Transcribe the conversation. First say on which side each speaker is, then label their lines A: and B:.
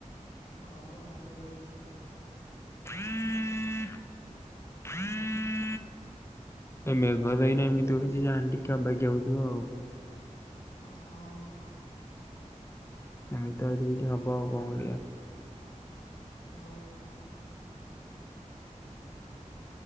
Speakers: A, on the left (about 75°); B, on the left (about 20°).
A: ହଁ ଭଲ <unintelligible>
B: ହ ହ ଏ ମେଘ
A: କଣ
B: ଦଇନା
A: ପାଇଁ
B: ଏମିତି ହଉଛି ଜାଣେ ଟିକେ ଅବାକିଆ ଯାଉଥିବ ଆଉ।
A: ହଁ।
B: ଏମିତି ତ ଆଉ ଟିକ ହବ ଆଉ କଣ କରିବା।
A: ହଁ।